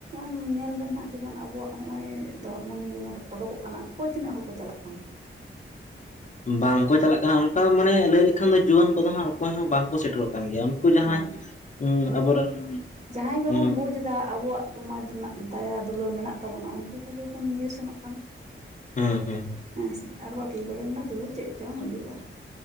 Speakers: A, on the right (about 35°); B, on the left (about 35°).
A: ᱱᱚᱜᱼᱚᱭ ᱧᱮᱞ ᱢᱮ ᱟ ᱱᱟᱦᱟᱜ ᱡᱮᱢᱚᱱ ᱟᱵᱚᱣᱟᱜ ᱱᱚᱜᱼᱚᱭ ᱫᱷᱚᱨᱢᱚ ᱱᱤᱭᱮᱵᱚᱱ ᱚᱰᱳᱠᱚᱜ ᱠᱟᱱᱟ ᱚᱠᱚᱭ ᱛᱤᱱᱟᱹᱜ ᱦᱚᱲ ᱠᱚ ᱪᱟᱞᱟᱜ ᱠᱟᱱᱟ
B: ᱵᱟᱝᱠᱚ ᱪᱟᱞᱟᱜ ᱠᱟᱱᱟ ᱚᱱᱠᱟ ᱢᱟᱱᱮ ᱞᱟᱹᱭ ᱞᱮᱠᱷᱟᱱ ᱫᱚ ᱡᱩᱣᱟᱹᱱ ᱠᱚᱫᱚ ᱦᱟᱸᱜ ᱚᱠᱚᱭ ᱦᱚᱸ ᱵᱟᱝᱠᱚ ᱥᱮᱴᱮᱨᱚᱜ ᱠᱟᱱ ᱜᱮᱭᱟ ᱩᱱᱠᱩ ᱡᱟᱦᱟᱸᱭ
A: ᱵᱟᱝ
B: ᱟᱵᱚᱨᱮᱱ
A: ᱡᱟᱦᱟᱸᱭ ᱜᱮᱵᱚᱱ
B: ᱩᱸ
A: ᱵᱩᱡ ᱮᱫᱟ ᱟᱵᱚᱣᱟᱜ ᱥᱚᱢᱟᱡᱽ ᱨᱮᱱᱟᱜ ᱫᱟᱭᱟ ᱫᱩᱞᱟᱹᱲ ᱢᱮᱱᱟᱜ ᱛᱟᱵᱚᱱᱟ ᱩᱱᱠᱩ ᱠᱚᱜᱮ ᱵᱚᱱ ᱧᱤᱨ ᱥᱮᱱᱚᱜ ᱠᱟᱱᱟ
B: ᱦᱩᱸ ᱦᱩᱸ
A: ᱦᱮᱸ ᱥᱮ ᱟᱨ ᱵᱟᱹᱠᱤ ᱠᱚᱫᱚ ᱢᱮᱱᱟ ᱫᱷᱩᱨ ᱪᱮᱫ ᱪᱚᱝ ᱦᱩᱭᱩᱜᱼᱟ